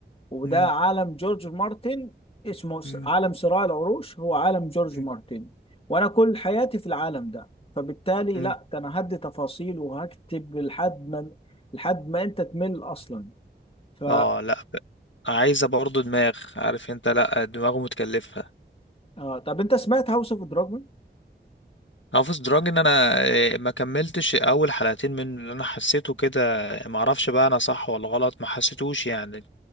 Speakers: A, on the left; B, on the left.
A: وده
B: مم،
A: عالم جورج مارتن اسمه س-
B: مم،
A: عالم صراع العروش هو عالم جورج
B: مم،
A: مارتن وانا كل حياتي في العالم ده فبالتالي
B: مم.
A: لا ده انا هدي تفاصيل وهكتب لحد ما لحد ما انت تمل اصلا ف
B: اه لا ب- عايزة برضو دماغ عارف انت لا دماغه متكلفة
A: آه طب انت سمعت هاوس اوف دراجون
B: هافس دراج ان انا آه، ما كملتش اول حلقتين من اللي انا حسيته كده ما اعرفش بقى انا صح ولا غلط ما حسيتوش يعني